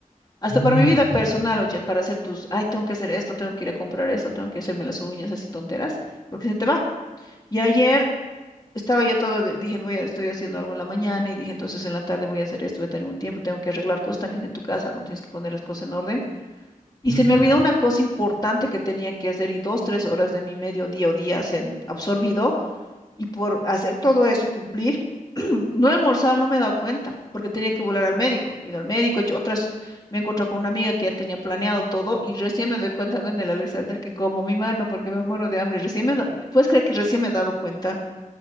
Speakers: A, on the left (about 30°); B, on the left (about 65°).
A: Hasta
B: Ah,
A: para mi
B: ya,
A: vida personal, oye, para hacer tus, ay, tengo que hacer esto, tengo que ir a comprar esto, tengo que hacerme las uñas, así tonteras, porque se te va. Y ayer estaba ya todo, de- dije, voy a, estoy haciendo algo en la mañana y dije, entonces en la tarde voy a hacer esto, voy a tener un tiempo, tengo que arreglar cosas también en tu casa, no tienes que poner las cosas en orden. Y
B: eso.
A: se me olvidó una cosa importante que tenía que hacer y dos, tres horas de mi medio día o día se han absorbido y por hacer todo eso y cumplir, <clears throat> no he almorzado, no me he dado cuenta porque tenía que volar al médico, he ido al médico, he hecho otras, me he encontrado con una amiga que ya tenía planeado todo y recién me doy cuenta, ¿no? En el Alexander que como mi mano porque me muero de hambre, y recién me, da- ¿puedes creer que recién me he dado cuenta?